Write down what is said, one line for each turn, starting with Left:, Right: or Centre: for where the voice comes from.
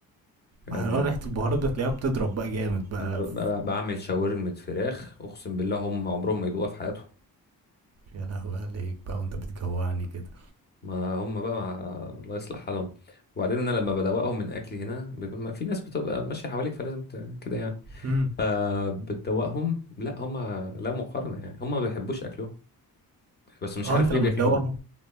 Left: يعني
Right: اه
Left: آه،
Right: ريحة البهارات ده تلاقيها بتضرب بقى جامد بقى
Left: انا ب-
Right: في...
Left: ب- بعمل شاورما فراخ اقسم بالله هم عمرهم ما يدوقوها في حياتهم
Right: يا لهوي عليك بقى وانت بتجوعني كده
Left: ما هم بقى مع... الله يصلح حالهم وبعدين انا لما بدوقهم من اكلي هنا بيبقى ما في ناس بتبقى ماشيه حواليك فلازم ت... كده يعني
Right: امم
Left: آه، بتدوقهم لا هم لا مقارنه يعني هم ما بيحبوش اكلهم بس مش
Right: اه
Left: عارف
Right: انت
Left: ليه
Right: لما
Left: بياكلوهم
Right: تدوقهم